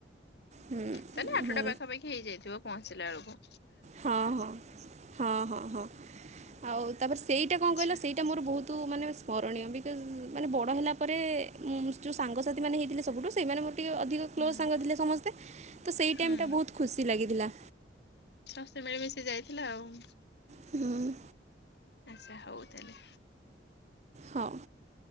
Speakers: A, on the right; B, on the left.
A: ହୁଁ।
B: ତାହେଲେ ଆଠଟା
A: ହୁଁ
B: ପାଖାପାଖି ହେଇଯାଇଥିବ, ପହଞ୍ଚିଲା ଅ ଳକୁ।
A: ହଁ ହଁ ହଁ ହଁ ହଁ ଆଉ ତା'ପରେ ସେଇ ଟା କଣ
B: ଆଚ୍ଛା
A: କହିଲ, ସେଇଟା ମୋର ବହୁତ ମାନେ ସ୍ମରଣୀୟ ବିକଜ୍ ମାନେ ବଡ଼ ହେଲା ପରେ-ଏ ଉଁ ଯଉ ସାଙ୍ଗସାଥି ମାନେ ହେଇଥିଲେ ସବୁଠୁ। ସେଇମାନେ ମୋର ଟିକେ ଅଧିକ କ୍ଲୋଜ୍
B: ହୁଁ
A: ସାଙ୍ଗ ଥିଲେ ସମସ୍ତେ। ତ, ସେଇ
B: ହୁଁ
A: ଟାଇମ୍ଟା ବହୁତ ଖୁସି ଲାଗିଥିଲା।
B: ଶସ୍ତ୍ୟେ ମିଳେ ମିଶି ଯାଇଥିଲା ଆଉଁ।
A: ହୁଁ-ହୁଁ-ହୁଁ।
B: ଆଚ୍ଛା, ହଉ ତାଲେ।
A: ହଁ।